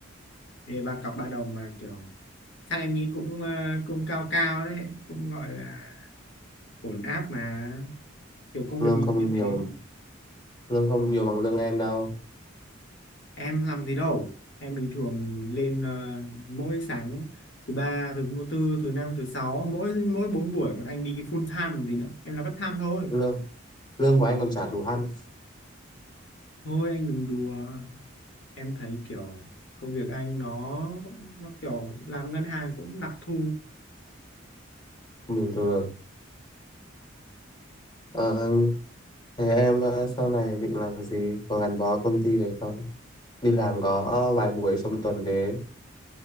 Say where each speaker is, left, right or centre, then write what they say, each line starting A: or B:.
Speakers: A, on the left (about 60°); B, on the left (about 25°).
A: thế ba cọc ba đồng mà kiểu chắc em nghĩ cũng ờ, cũng cao cao đấy cũng gọi là ổn áp mà kiểu công
B: lương
A: việc mình
B: không
A: như
B: nhiều,
A: thế
B: lương không nhiều bằng lương em đâu.
A: em làm gì đâu em bình thường lên ờ, mỗi sáng thứ ba thứ tư thứ năm thứ sáu mỗi mỗi bốn buổi còn anh đi cái full time còn gì nữa em là part time thôi
B: Lương lương của anh còn chả đủ ăn,
A: thôi anh đừng đùa em thấy kiểu công việc anh nó nó kiểu làm ngân hàng cũng đặc thù
B: bình thường. Ờ, thế em ờ, sau này định làm gì, có gắn bó công ty được không? Đi làm có vài buổi trong tuần thế,